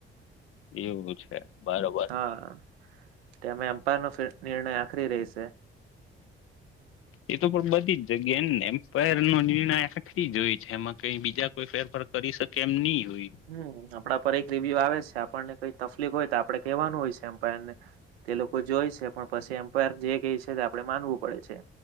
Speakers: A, on the left; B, on the right.
A: એવું છે બરોબર.
B: હા તેમાં એમ્પાયરનો નિર્ણય આખરી રહેશે.
A: એ તો પણ બધી જગ્યાને એમ્પાયર નો નિર્ણય જોય છે એમાં કઈ બીજા કોઈ ફેરફાર કરી શકે એમ નહી. હોય
B: હમ આપણા પર એક રિવ્યૂ આવે છે. આપણને કઈ તકલીફ હોય તો આપણે કહેવાનું હોય છે. અમ્પાયર ને, તે લોકો જોય છે. પણ પછી એમ્પાયર જે કઈ છે આપડે માનવું પડે છે.